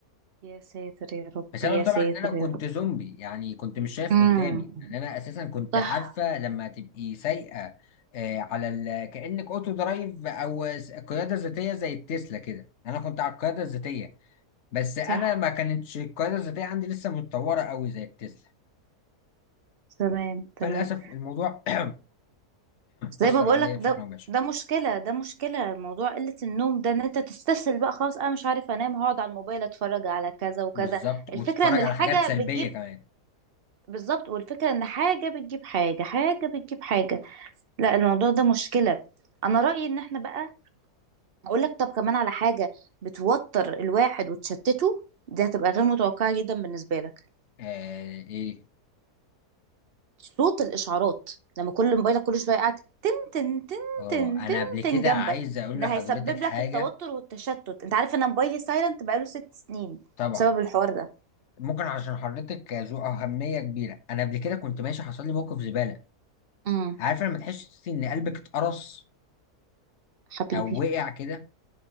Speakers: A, on the right (about 45°); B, on the left (about 50°).
A: يا ساتر يا رب
B: بسبب
A: يا
B: طبعا
A: ساتر
B: ان انا كنت
A: يا رب
B: زومبي يعني كنت مش شايف
A: امم
B: قدامي ان انا اساسا كنت
A: صح
B: عارفه لما تبقي سايقه آه، على ال... كانك اوتو درايف او س- قياده ذاتيه زي التسلا كده انا كنت على القياده الذاتيه بس انا
A: صح
B: ما كانتش القياده الذاتيه عندي لسه متطوره قوي زي التسلا
A: تمام تمام
B: فللاسف الموضوع <clears throat>
A: زي
B: اثر
A: ما بقولك
B: عليا بشكل
A: ده
B: مباشر
A: ده مشكلة ده مشكلة موضوع قلة النوم ده ان انت تستسهل بقى خلاص انا مش عارف انام هقعد على الموبايل اتفرج على كذا وكذا
B: بالظبط وتتفرج
A: الفكرة ان الحاجة
B: على حاجات سلبيه
A: بتجيب
B: كمان
A: بالظبط والفكرة ان حاجة بتجيب حاجة حاجة بتجيب حاجة لا الموضوع ده مشكلة انا رأيي ان احنا بقى اقول لك طب كمان على حاجة بتوتر الواحد وتشتته دي هتبقى غير متوقعة جدا بالنسبة لك
B: آه ايه
A: صوت الاشعارات لما كل موبايلك كل شوية قاعد تن تن
B: اه
A: تن
B: انا
A: تن
B: قبل كده
A: تن جنبك
B: عايز اقول
A: ده
B: لحضرتك
A: هيسبب
B: حاجه
A: لك التوتر والتشتت انت عارف انا موبايلي سايلنت بقاله ست سنين
B: طبعا
A: بسبب الحوار ده
B: ممكن عشان حضرتك ذو أهمية كبيرة أنا قبل كده كنت ماشي حصل لي موقف زبالة
A: امم
B: عارف لما تحس إن قلبك اتقرص
A: حبيبي
B: أو وقع كده